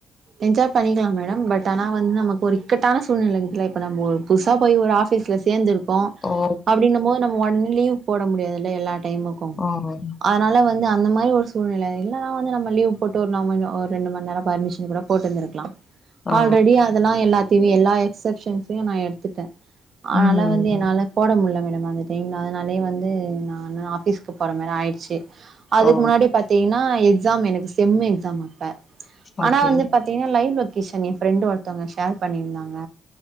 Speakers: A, on the right; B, on the left.
A: என்ஜாய் பண்ணிக்கலா மேடம் பட் ஆனா வந் நமக்கொரு இக்கட்டான சூழ்நிலைக்கு இல இப்ப நம்ப ஒரு புதுசா போய் ஒரு ஆ ஃபீஸ்ல சேந்துருப்போ
B: ஓ
A: அப்டினுமோது நம்ம ஒட்னே லீவு போட முடியாதுல்ல எல்லா டைமு
B: ஆ அ
A: அதனான வந்து அந்த மாரி ஒரு சூழ்நில இல்லனா வந்து நம்ப லீவ் போட்டு ஒரு நம்ம அ ஒர் ரெண்டு மண் நேரோ பர்மிஷன் கூடோ போட்டுருந்திருக்லா
B: ஆ
A: ஆல்ரெடி அதெல்லா எல்லாத்தியு எல்லா எக்ஸப்ஷன்ஸையு நான் எடுத்துட்டே ஆனால
B: ம்
A: வந்து என்னால போட முட்ல மேடம் அது தெங் அதனாலே வந்து நா என்னோட ஆஃபீஸ்கு போற மாரி ஆயிச்சு அதுக்கு
B: ஓ
A: முன்னாடி பாத் தீங்னா எக்ஸாம் எனக்கு செம் எக்ஸாம் அப்ப ஆனா
B: ஓகே
A: வந்து பாத் திங்னா லைவ் லொகேஷன் ஏ ஃப்ரெண்டு ஒருத்தவுங்க ஷேர் பண்ணிருந்தாங்க